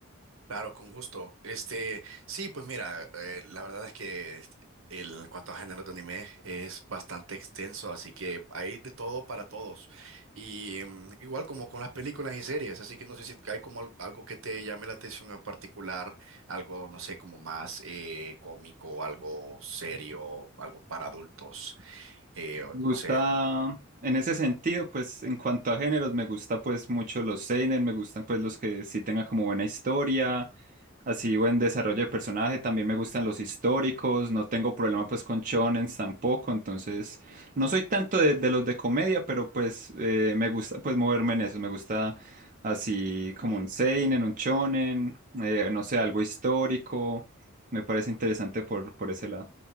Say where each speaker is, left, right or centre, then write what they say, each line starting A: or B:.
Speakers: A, on the right; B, on the right.
A: Claro, con gusto. Este, sí, pues mira, eh, la verdad es que este, el, en cuanto a géneros de anime es bastante extenso, así que hay de todo para todos. Y em, igual como con las películas y series, así que no sé si hay como al- algo que te llame la atención en particular, algo, no sé, como más eh, cómico, algo serio, algo para adultos, eh, o
B: Me gusta,
A: no sé.
B: en ese sentido, pues en cuanto a géneros, me gusta pues mucho los seinen, me gustan pues los que sí tengan como buena historia, así buen desarrollo de personaje, también me gustan los históricos, no tengo problema pues con shonens tampoco, entonces no soy tanto de, de los de comedia, pero pues eh, me gusta pues moverme en eso, me gusta así como un seinen, un shonen, eh, no sé, algo histórico, me parece interesante por, por ese lado.